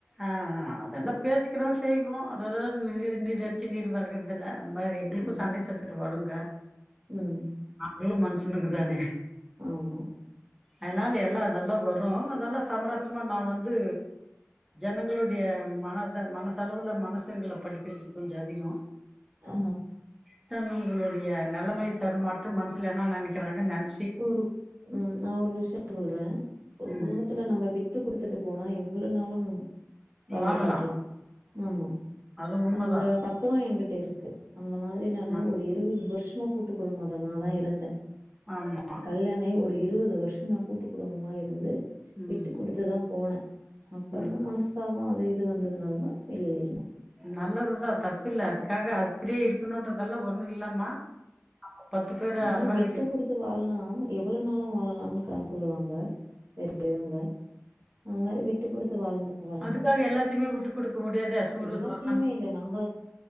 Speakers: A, in the centre; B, on the right.
A: ஆ ஆ அதெல்லா பேசிக்கிறோ செய்றோ அதத நீர் நீர் அடுச்சு நீர் வெளகுறது இல்ல இந்த மார் எங்களுக்கு
B: ம்
A: சண்டை சச்றவு வரும் ங்க
B: ம்
A: இவளு மனுஷனுங்க தானே
B: ஆமா
A: அதனால எல்லா அதெல்லா வரு அதெல்லா சமரசமா நா வந்து ஜனங்களுடைய மனத மனசலவுல மனசுங்கள படிக்குறது கொஞ்சோ அதிகோ
B: ஆ
A: த்தன்ங்களுடைய நெலமை தடுமாற்றம் மனுசுல என்ன நெனைக்கிறாங்கன் நென்
B: ஒரு ம் நா ஒரு விஷ்யோ சொல்ற ஒரு
A: ம்
B: குடும்பத்துல நம்ம விட்டு குடுத்துட்டு போனா எவ்ளோ நாளு ம் வாழ்ந்து
A: வாழலா
B: காட்லா ஆமா
A: அது உண்மதா
B: அந்த பக்குவோ ஏன்கிட் ட்டு இருக்கு அந்த மாதிரி நானு
A: ந
B: ஒரு இருவது பேர் ஷ்மா கூட்டு குடும்பதமாதா இருந்தே
A: ஆமா
B: கல்யாணோ ஆயி ஒரு இருவது வரு ஷமா கூட்டு குடும்பமா இருந்து
A: ம்
B: விட்டு குடுத்துதா போன அப்புறமா
A: ம்
B: மனஸ்தா போ அது இது வந்ததுனாலதா வெளியேறுனோ
A: நல்லதுதா தப்பில்ல அதுக்காக அப்டியே இருக்கணுன்றதெல்லா ஒண்ணு இல்லம்மா பத்து பேர
B: அதா
A: அரவணைக்க
B: விட்டு குடுத்து வாழலா எவ்வளவு நாளு வாழலான்னுக்கா சொல்லுவாங்க பெரியவ ங்க அது மாரி விட்டு குடுத்து வாழ்ந்துட்டு வரோங்க
A: அதுக்காக எல்லாத்தையுமே விட்டு குடுக்க முடியாதே சூடு
B: எல்லாத்தையுமே
A: சொரணம்
B: இல்ல நம்ப